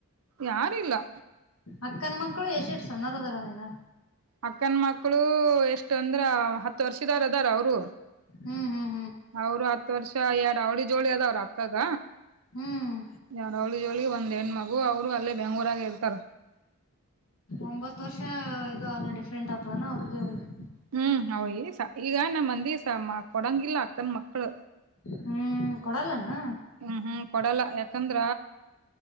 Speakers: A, on the right; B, on the left.
A: ಯಾರಿಲ್ಲ.
B: ಅಕ್ಕನ ಮಕ್ಕಳು ಎಷ್ಟ ಎಷ್ಟ ಸಣ್ಣಾರದರ ನೀನ.
A: ಅಕ್ಕನ್ ಮಕ್ಳು ಎಷ್ಟ ಅಂದ್ರ ಹತ್ತು ವರ್ಷದವಾರ ಅದಾರ ಅವರು.
B: ಹ್ಮ ಹ್ಮ.
A: ಅವರು ಹತ್ತು ವರ್ಷ ಎರಡ್ ಅವಳ. ಜೋಳಿ ಅ ಆದ ಅವ್ರ ಅಕ್ಕಾಗ.
B: ಹ್ಮ್
A: ಎರೆಡು ಅವಳ ಜೋಳಿ. ಒಂದ್ ಹೆಣ ಮಗು ಅವ್ರು ಅಲ್ಲೇ ಬೆಂಗಳೂರಾಗ ಇರ್ತಾರ.
B: ಒಂಬತ್ ವರ್ಷ ಇದು ಆದ ಡಿಫ್ರೆಂಟ್ ಆಗ್ತದಾನ ಅವ್ರಿಗೆ ಅವ್ರಿಗೆ.
A: ಹ್ಮ್ ಅವಯಿ ಈಗ ನಮ್ಮ ಮಂದಿ ಕೊಡಂಗಿಲ್ಲ ಅಕ್ಕನ್ ಮಕ್ಳು.
B: ಹ್ಮ್ ಕೊಡಲ್ಲನು.
A: ಹ್ಮ್ ಹ್ಮ್ ಕೊಡಲ್ಲ ಯಾಕಂದ್ರ